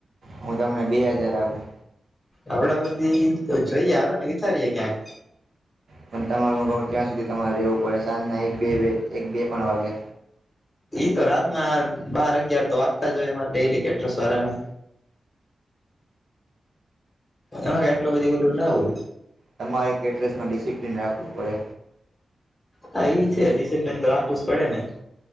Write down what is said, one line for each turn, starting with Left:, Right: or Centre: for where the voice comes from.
Right: હું તમને બે હાજાર આપું
Left: આવડા બધી તો જોઈએ આવે ને વિચારીએે ક્યાંક
Right: પણ તમારે હું ગઉ ત્યાં સુધી તમારે રહેવું પડે સાંજના એક બે એક બે પણ વાગે
Left: ઈ તો રાતના બાર અગિયાર તો વાગતા જ હોય અમા ડેલી કેટર્સ વાળા ને એમાં કે આટલું બધું ઓધું ના હોય
Right: તમારે કેટરસમાં ડિસિપ્લિન રાખવું પડે
Left: હા એ છે ડિસિપ્લીન તો રાખવું જ પડે ને